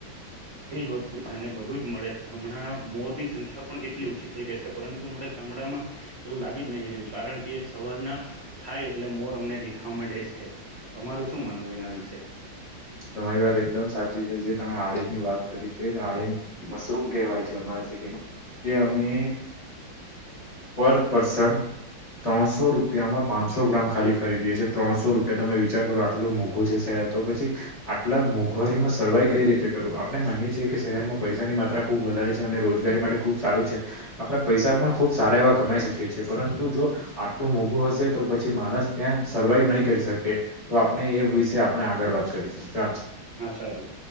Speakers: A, on the right (about 55°); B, on the left (about 25°).
A: બધી જ વસ્તુ <unintelligible> ને બધું જ મળે છે, હમણાં મોરની સંખ્યા પણ કેટલી ઓછી થઈ ગઈ છે, પરંતુ અમારા ગામ. <unintelligible> એવું લાગી જ નહી રહ્યું કારણ કે એ સવાર ના થાય એટલે મોર અમને દેખાવામાંડે છે. તમારું શું માનવું એના વિશે.
B: તમારી વાત એકદમ સાચી છે, જે તમે આળ ની વાત કરી તે જ આળ મશરૂમ કહેવાય છે, અમારા. માં જે અમે.
A: <inaudible>
B: પર પસન. ત્રણસો રૂપિયામાં પાંચસો ગ્રામ ખાલી <unintelligible> ત્રણસો રૂપિયા તમે વિચાર કરો આટલું મોંઘું છે સાહેબ. તો પછી. આટલા મોંઘવારી માં સર્વાઈ કઈ રીતે કરવું આપણે માનીએ છીએ કે શહેરમાં પૈસાની માત્રા ખુબ વધારે છે અને રોજગારી ખબ સારું છે આપણે પૈસા પણ ખુબ સારા એવા કમાઈ શકીએ છીએ પરંતુ જો આટલું મોઘું હશે તો પછી માણસ ત્યાં સર્વાઈવ નહી કરી શકે તો આપણે એ વિશે આપણે આગળ વાત કરીશું ચાલો
A: હા સારું